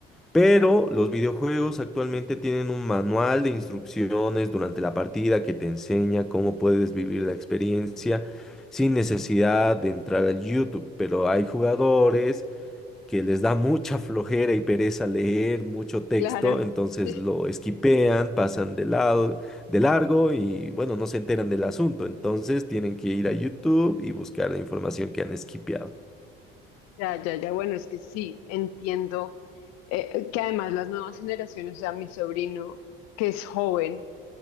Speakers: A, in the centre; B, on the left.
A: Pero los videojuegos actualmente tienen un manual de instrucciones durante la partida que te enseña cómo puedes vivir la experiencia sin necesidad de entrar al YouTube. Pero hay jugadores que les da mucha flojera y pereza leer mucho texto,
B: Claro,
A: entonces
B: sí,
A: lo esquipean, pasan de lado, de largo y bueno, no se enteran del asunto. Entonces tienen que ir a YouTube y buscar la información que han esquipeado.
B: Ya, ya, ya, bueno, es que sí, entiendo eh, que además las nuevas generaciones, o sea, mi sobrino, que es joven,